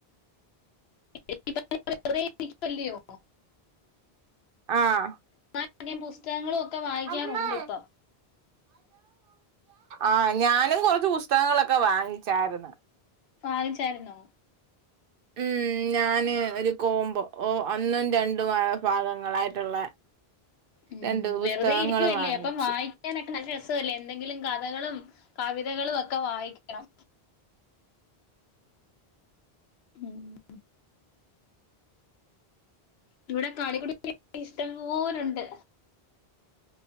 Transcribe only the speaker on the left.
<unintelligible> വെറുതെ ഇരിക്കുവല്ലയോ
പിന്നെ പുസ്തകങ്ങളും ഒക്കെ വായിക്കാറുണ്ട്
ഇപ്പം
വാങ്ങിച്ചായിരുന്നോ
ഉം
വെറുതെ
ഇരിക്കല്ലേ
അപ്പം വായി ക്കാനൊക്കെ നല്ല രസവല്ലേ എന്തെങ്കിലും കഥകളും കവിതകളും ഒക്കെ വായിക്കണം ഉം <inaudible> ഇവിടെ കളിക്കുടുക്ക ഇഷ്ടംപോലുണ്ട്